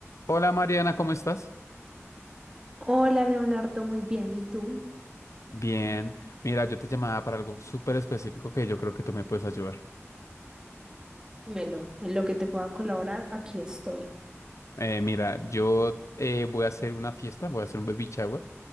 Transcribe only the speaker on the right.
Hola Leonardo, muy bien. ¿Y tú?
Dímelo, en lo que te pueda colaborar, aquí estoy.